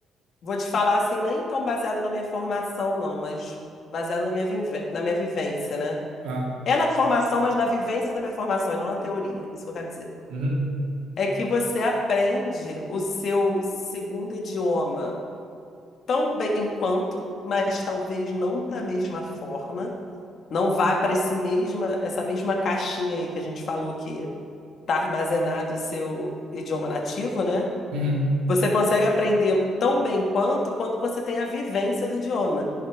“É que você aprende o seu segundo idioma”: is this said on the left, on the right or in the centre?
Left